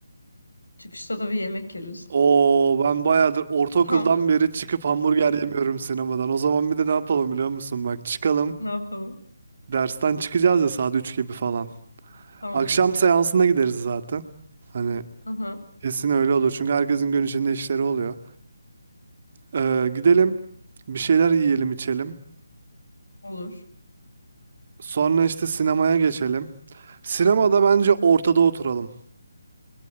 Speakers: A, on the left (about 75°); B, on the right (about 45°).
A: Çıkışta da bir yemek yeriz.
B: Oo ben bayağıdır ortaokuldan
A: Tamam.
B: beri çıkıp hamburger
A: <laughs>
B: yemiyorum sinemadan. O zaman bir de ne yapalım biliyor musun? Bak çıkalım.
A: Ne yapalım?
B: Dersten çıkacağız ya saat 3 gibi falan.
A: Tamam.
B: Akşam seansına gideriz zaten. Hani
A: Aha.
B: kesin öyle olur. Çünkü herkesin gün içinde işleri oluyor. Ee, gidelim. Bir şeyler yiyelim içelim.
A: Olur.
B: Sonra işte sinemaya geçelim. Sinemada bence ortada oturalım.